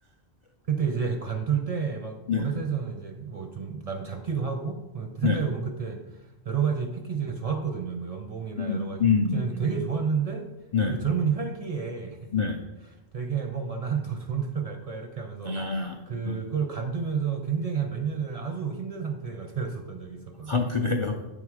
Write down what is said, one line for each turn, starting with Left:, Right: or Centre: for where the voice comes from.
Right: 그때 이제 <laughs> 관둘 때 막
Left: 네,
Right: 뭐 회사에서는 이제 뭐 좀 나름 잡기도 하고 뭐 생각해보면
Left: 네,
Right: 그때 여러 가지 패키지가 좋았거든요. 뭐 연봉이나
Left: 음,
Right: 여러 가지
Left: 음,
Right: 복지나
Left: 음,
Right: 이런
Left: 음.
Right: 게 되게 좋았는데
Left: 네,
Right: 되게 젊은 혈기에 <laughs>
Left: 네,
Right: 되게 뭔가 난 더 좋은 데로 갈 거야 이렇게 하면서
Left: 아,
Right: 그걸
Left: 어,
Right: 관두면서 굉장히 한 몇 년을 아주 힘든 상태가 <laughs> 되었었던 적이 있었거든요.
Left: 아 그래요,